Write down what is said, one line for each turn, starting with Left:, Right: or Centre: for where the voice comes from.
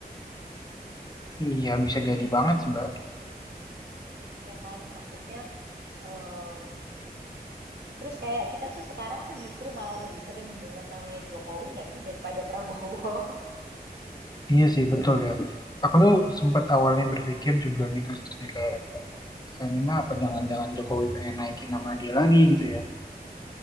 Left: Iya bisa jadi banget sih Mbak.
Right: Ya kan, maksudnya em, terus kayak kita tuh sekarang tuh justru malah lebih sering dengar namanya Jokowi nggak sih daripada Prabowo.
Left: Iya sih betul ya. Aku tuh sempat awalnya berpikir juga gitu sih kayak "Ah, ini mah apa jangan-jangan Jokowi pengen naikin nama dia lagi gitu ya.